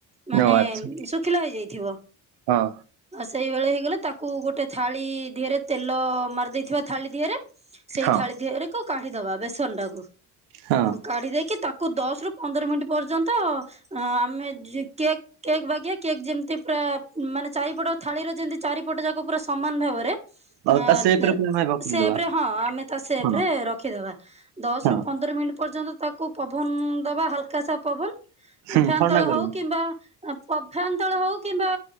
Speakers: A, on the right (about 15°); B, on the right (about 80°).
A: ମାନେ
B: ଓ ଆଚ୍ଛା
A: ଶୁଖିଲା ହେଇଯାଇଥିବ।
B: ହଁ
A: ସେଇଭଳି ହେଇଗଲେ, ତାକୁ ଗୋଟେ ଥାଳି ଦିହେରେ ତେଲ ମାରିଦେଇଥିବା ଥାଳି ଦିହେରେ। ସେଇ
B: ହଁ
A: ଥାଳି ଦେହରେକୁ କାଢିଦବା, ବେସନ ଟାକୁ
B: ହଁ
A: କାଢି ଦେଇକି ତା ତାକୁ ଦଶ ରୁ ପନ୍ଦର ମିନିଟ୍ ପର୍ଯ୍ୟନ୍ତ, ଆମେ କେକ୍ କେକ ବାଗିଆ କେକ୍ ଯେମିତି ପୁରା ମାନେ ଚାରିପଟ ଥାଳିର ଯେମତି, ଚାରିପଟ ଯାକ ପୁରା ସମାନ ଭାବରେ
B: ଆଉ
A: ଅ
B: ତା ସେପରେ ପୁଣି ଆମେ ପକୁଡି
A: ସେପରେ
B: ଦବା
A: ହଁ ଆମେ ତା ସେପରେ
B: ହଁ
A: ରଖିଦବା। ଦଶରୁ
B: ହଁ
A: ପନ୍ଦର ମିନିଟ୍ ପର୍ଯ୍ୟନ୍ତ, ତାକୁ ପବନ ଦବା ହାଲକାସା ପବନ।
B: ହୁଁ
A: ଫ୍ୟାନ
B: ଥଣ୍ଡା
A: ତଳେ
B: କରିବୁ
A: ହଉ କିମ୍ବା ପ ଫ୍ୟାନ ତଳେ ହଉ କିମ୍ବା,